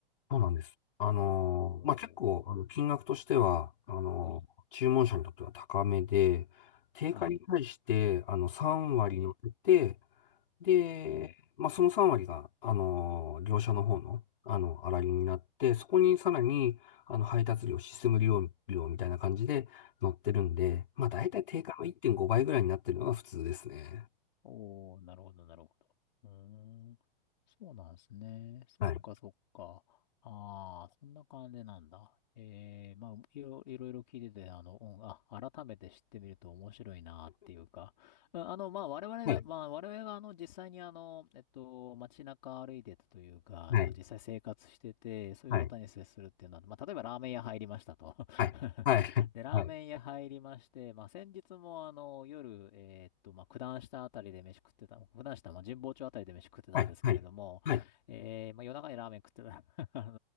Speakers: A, on the left; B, on the left.
A: そうなんです。あのまあ、
B: おー、
A: 結構、あの金額としては、あの注文者にとっては高めで、
B: ほい、
A: 定価に対して、
B: はい。
A: あの、3割乗って、
B: ええ
A: で、
B: おう、
A: まあ、その3割が、あの業者の方の、あの、粗利になって、そこにさらに、あの、配達料、システム利用料みたいな感じで乗ってるんで、まあ、たい定価の1.5倍ぐらいになってるのが普通ですね。
B: おう、おうなるほど、なるほど。うーん、そうなんですね。そっか、
A: はい。
B: そっか。ああ、そんな感じなんだ。ええまあ、いろいろいろ聞いてて、あの、うん、あ、改めて知ってみると面白いなっていうか、うんあの、まあ、我々が、
A: はい。
B: まあ、我々が、あの、実際に、あの、えっと、街中歩いてたというか、
A: はい。
B: あの、実際生活してて、そういう方に接するっていうのは、
A: はい。
B: まあ、例えばラーメン屋入りましたと。<laughs>
A: はい。はい。はい。
B: で、ラーメン屋入りまして、
A: はい。
B: まあ、先日もあの、夜、えーっと、まあ、九段下あたりで飯食ってた、九段下、まあ、神保町あたりで飯食ってたんですけれども、
A: はい。はい。はい。
B: えー、まあ、夜中にラーメン食ってた、<laughs> あの